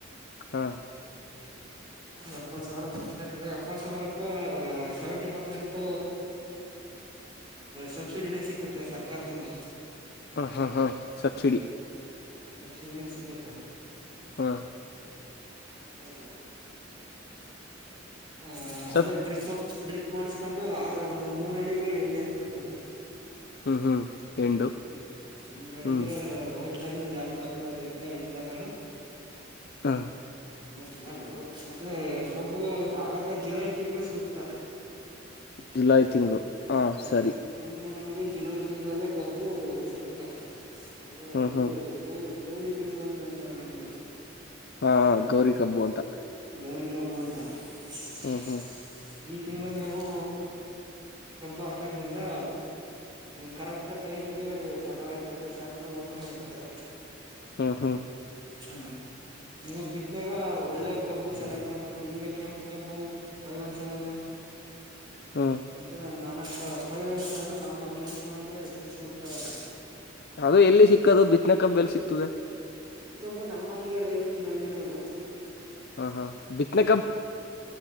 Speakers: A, on the left; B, on the right.
A: ಹಾ
B: ಎಪ್ಪತ್ತು ಸಾವಿರ ಬರ್ತೈತ್ರೀ ಇಪ್ಪತ್ತು ಸಾವಿರಕ್ಕ ಸೆವೆಂಟಿ ಪರ್ಸೆಂಟ್ ಸಬ್ಸಿಡಿನೇ ಸಿಕ್ಕುತ್ತೆ ಸರ್ಕಾರದಿಂದ
A: ಹ ಹಾ ಹಾ ಸಬ್ಸಿಡಿ
B: ಸಬ್ಸಿಡಿ ಸಿಕ್ಕುತ್ತ
A: ಹಾ
B: ಹ್ಮ ಹ
A: ಸಬ್
B: ಅದೇ ಡ್ರಿಪ್ ಡ್ರಿಪ್ ಮಾಡಸ್ಕೊಂಡು ಆರು ಮೂರ ಅಡಿಗೆ ಎಂಡ ಎತ್ಬೇಕು
A: ಹ್ಮ್ ಹ್ಮ್ ಎಂಡು
B: ಹ್ಮ್ ಮೂರ ಅಡಿಗೆ
A: ಹ್ಮ್
B: ಇ ನೀ್ ಲೆಟರ್ ಮತ್ ಎಂು ತಕೊಂಡು
A: ಹ
B: ಬಟ್ ಕಾಣದು ಮತ್ತೆ ಕಬ್ಬು ಹಾಕಾಕ ಜುಲೈ ತಿಂಗಳ ಸೂಕ್ತ
A: ಜುಲೈ ತಿಂಗಳು. ಹಾ
B: ಹ್ಮ್
A: ಸರಿ
B: ಕೆಂಪು ಮಣಿಗೆ ಜುಲೈ ತಿಂಗಳಲ್ಲಿ ಕಬ್ಬು ಸೂಕ್ತ. ಅಂದ್ರೆ
A: ಹ್ಮ್
B: ಇದು
A: ಹ್ಮ್
B: ಗೌರಿ ಗೌರಿ ತಿಂಗ್ಗಳು ಅಂತ ಅಂತಾರ ನಮ್ ಕಡೆಷ್ಟ
A: ಹಾ ಗೌರಿ ಕಬ್ಬು ಅಂತ.
B: ಗೌರಿ ಕಬ್ಬು ಅಂತ.
A: ಹ್ಮ್
B: <inaudible>
A: ಹ್ಮ್
B: ಈ ತಿಂಗಳು ನೀವು ಕಬ್ಬು ಹಾಕೋದ್ರಿಂದ ಕರೆಕ್ಟ್ ಟೈಮ್ಗೆ ಕಟ್ಯ್ತದೆ ಫ್ಯಾಕ್ಟ್ರಿ ಓಪನ್ ಇರತ್ತೆ
A: ಹ್ಮ್ ಹ್ಮ್
B: ಹ್ಮ ನೀವು ಬಿತ್ನಾಗ ಒಳ್ಳೆ ಕಬ್ಬು ಸೆಲೆಕ್ಟ್ ಮಾಡ್ಬೇಕು ಈಗ ಕೆಂಪು ಕಬ್ಬು ಫೈವ್ ಒನ್ ಸೆವೆನ್
A: ಹ್ಮ್
B: ಅಂತ ನಾ ನನ್ನ ತರ ಫೈವ್ ಒನ್ ಸೆವೆನ್ ನಮ್ಮ ಕೆಂಪು ಮಣಗೆ ಹೆಚ್ಚು ಸೂಗ್ತಾಲ್ಲ
A: ಅದು ಎಲ್ಲಿ ಸಿಕ್ಕದು ಬಿ ಕಬ್ಬು ಎಲ್ ಸಿಗ್ತದೆ
B: ು ನಮ್ಮಂಗೆ ರೈತರು ಬೆಳದಿರೋರು
A: ಹ ಹಾ ಬಿತ್ತನೆ